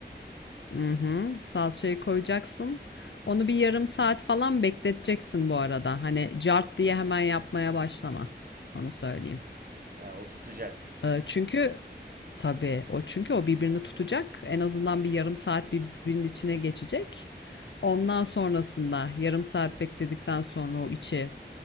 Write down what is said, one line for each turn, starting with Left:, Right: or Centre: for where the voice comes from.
Left: Hı hı. Salçayı koyacaksın. Onu bir yarım saat falan bekleteceksin bu arada. Hani cart diye hemen yapmaya başlama. Onu söyleyeyim.
Right: Ha, o tutacak.
Left: Ee, çünkü tabii o çünkü o birbirini tutacak. En azından bir yarım saat birbirinin içine geçecek. Ondan sonrasında yarım saat bekledikten sonra o içi